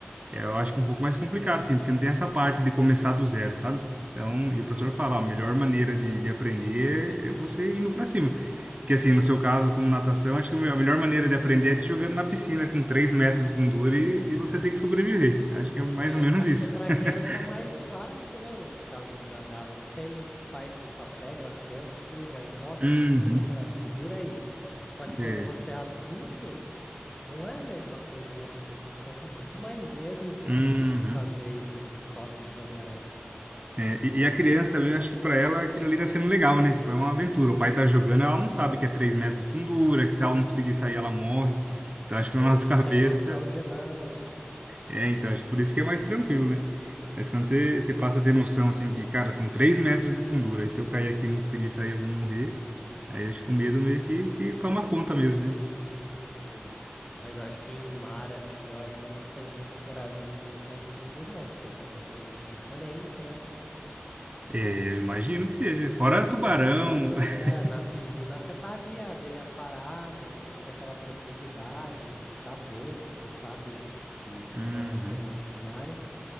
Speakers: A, on the right; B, on the left.
A: é, eu acho que é um pouco mais complicado, assim, porque não tem essa parte de começar do zero, sabe? Então, e
B: Uhum.
A: o professor fala, "Ó, a melhor maneira de, de aprender é você indo pra cima. Que assim, no seu caso, como natação, acho que a melhor maneira de aprender é te jogando na piscina com 3 metros de fundura e, e você ter que sobreviver. Acho que é mais
B: É,
A: ou menos
B: acho
A: isso.
B: que para
A: <laughs>
B: criança é mais fácil, né? Nesse caso de nadar. Não tem muitos pais que só pegam a criança assim, já joga
A: Uhum.
B: na piscina, fala, se vira aí. Só que
A: É.
B: quando você é adulto, não é a mesma coisa, né? Porque você fica com muito mais medo de,
A: Uhum.
B: <laughs> de fazer isso, de só se jogar assim.
A: É, e, e a criança também, eu acho que pra ela aquilo ali tá sendo legal, né? Tipo, é uma aventura. O pai tá jogando, ela não sabe que é 3 metros de fundura, que se ela não conseguir sair, ela morre. Então acho
B: Sem,
A: que na nossa
B: não
A: <laughs> cabeça.
B: tem noção de nada, né?
A: É, então acho que por isso que é mais tranquilo, né? Mas quando você, você passa a ter noção, assim, que, cara, são 3 metros de fundura, e se eu cair aqui e não conseguir sair, eu vou morrer. Aí eles com medo meio que, que toma conta mesmo, né?
B: Sim. Mas eu acho que em mar, assim, eu ainda não tenho muita coragem de ir tão fundo, não, porque é totalmente diferente, né?
A: É, eu imagino que seja. Fora
B: Na
A: tubarão.
B: piscina,
A: <laughs>
B: é, na piscina você tá ali, a aguinha parada, é sempre aquela profundidade, você tá vendo, você sabe que, que
A: Uhum.
B: não vai acontecer nada demais.